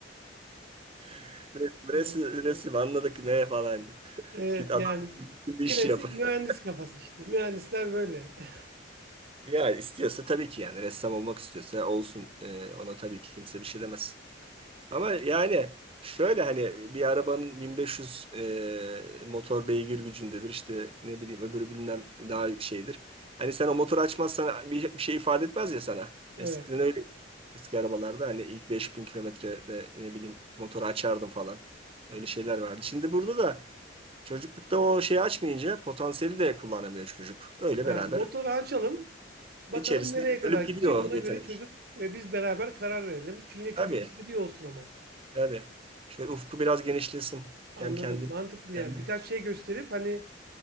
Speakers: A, on the right; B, on the right.
A: <laughs> Resim,
B: <laughs>
A: resim, resim anladık ne falan.
B: Evet
A: Git adam
B: yani
A: gibi
B: klasik
A: iş yap. <laughs>
B: mühendis kafası işte. Mühendisler böyle. <laughs>
A: Ya istiyorsa tabii ki yani ressam olmak istiyorsa olsun. Ee, ona tabii ki kimse bir şey demez. Ama yani şöyle hani bir arabanın 1500 e, motor beygir gücündedir. işte ne bileyim öbürü bilmem daha şeydir. Hani sen o motoru açmazsan bir, bir şey ifade etmez ya sana.
B: Evet.
A: Eskiden öyle eski arabalarda hani ilk 5000 kilometrede ne bileyim motoru açardım falan. Öyle şeyler vardı. Şimdi burada da çocuklukta o şeyi açmayınca potansiyeli de kullanamıyor çocuk. Öyle
B: Ha,
A: beraber
B: motoru açalım. Bakalım
A: içerisinde
B: nereye kadar
A: ölüp
B: gidecek.
A: gidiyor
B: Ona
A: o
B: göre
A: yetenek.
B: çocuk ve biz beraber karar verelim. Çünkü yine çocuğun
A: Tabii
B: istediği olsun ama.
A: tabii. Şöyle ufku biraz genişlesin.
B: Anladım.
A: Hem kendi
B: Mantıklı
A: kendi
B: yani. Birkaç şey gösterip hani